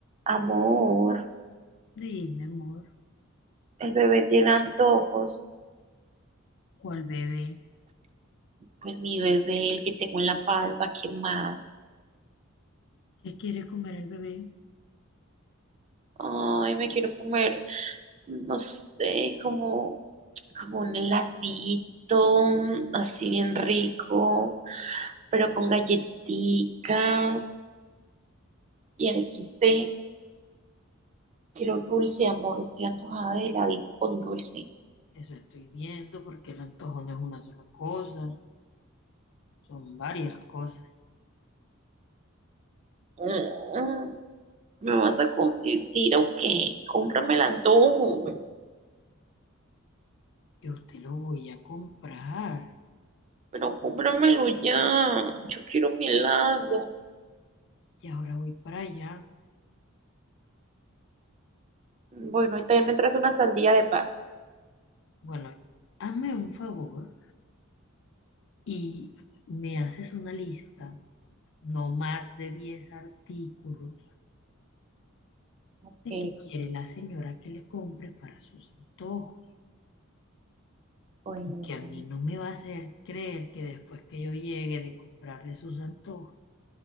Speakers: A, on the right; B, on the left.
A: Amor,
B: Dime, amor,
A: el bebé tiene antojos.
B: ¿cuál bebé?
A: Pues mi bebé, el que tengo en la panza, ¿qué más?
B: ¿Qué quiere comer el bebé?
A: Ay, me quiero comer, no sé, como, como un heladito, así bien rico, pero con galletica y arequipe. Quiero dulce, amor, estoy antojada de heladito con dulce.
B: Eso estoy viendo porque el antojo no es una sola cosa, son varias cosas.
A: Mm, ¿me vas a consentir o qué? Cómprame el antojo.
B: Yo te lo voy a comprar
A: Pero cómpramelo ya. Yo quiero mi helado.
B: y ahora voy para allá.
A: Bueno, y también me traes una sandía de paso.
B: Bueno, hazme un favor y me haces una lista, no más de 10 artículos
A: Ok,
B: de que quiere la señora que le compre para sus antojos.
A: bueno.
B: Porque a mí no me va a hacer creer que después que yo llegue de comprarle sus antojos,